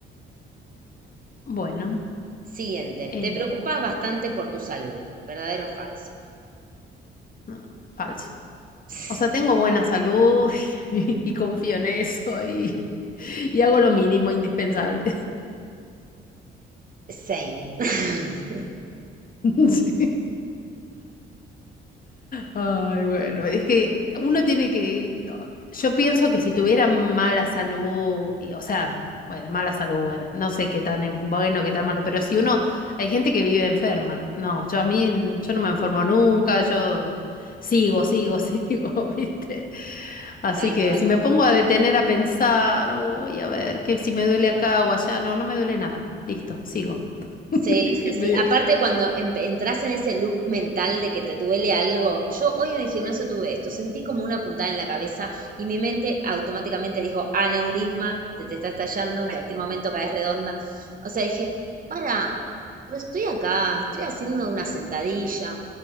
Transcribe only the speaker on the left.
bueno,
eh,
no, falso.
O sea, tengo buena salud <laughs> y confío en eso y, y hago lo mínimo indispensable.
<laughs> Sí. Ay, bueno, es que uno tiene que, oh, yo pienso que si tuviera mala salud, y, o sea, bueno, mala salud, bueno, no sé qué tan es bueno, qué tan malo, pero si uno, hay gente que vive enferma, no, yo a mí, yo no me enfermo nunca, yo sigo, sigo, <laughs> sigo, ¿viste? Así
que
si me pongo a detener a pensar, uy, a ver, que si me duele acá o allá, no, no me duele nada, listo, sigo. <laughs>
Medios.